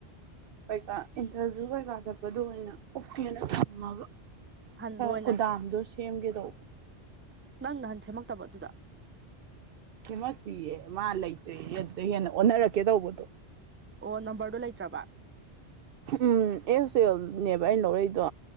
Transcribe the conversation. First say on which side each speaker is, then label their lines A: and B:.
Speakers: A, on the right (about 60°); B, on the right (about 20°).
A: ꯀꯩꯀꯥ ꯏꯟꯇꯔꯚꯤꯌꯨ ꯀꯩꯀꯥ ꯆꯠꯄꯗꯣ ꯑꯣꯏꯅ ꯎꯞꯀꯦꯅ ꯊꯝꯃꯕ꯫
B: ꯑꯍꯟꯕ
A: ꯈ
B: ꯑꯣꯏꯅ
A: ꯀꯣꯗꯥꯝꯗꯣ ꯁꯦꯝꯒꯦꯗꯧꯕ
B: ꯅꯪ ꯅꯍꯥꯟ ꯁꯦꯝꯃꯛꯇꯕꯔ ꯑꯗꯨꯗꯣ꯫
A: ꯁꯤꯃꯛꯇꯤꯌꯦ ꯃꯥ ꯂꯩꯇ꯭ꯔꯦ ꯑꯗꯧ ꯍꯦꯟꯅ ꯑꯣꯟꯅꯔꯛꯀꯦ ꯇꯧꯕꯗꯣ꯫
B: ꯑꯣ ꯅꯝꯕꯔꯗꯣ ꯂꯩꯇ꯭ꯔꯕ꯫
A: ꯎꯝ ꯑꯦꯁ ꯑꯦꯜꯅꯦꯕ ꯑꯩꯅ ꯂꯧꯔꯛꯏꯗꯣ꯫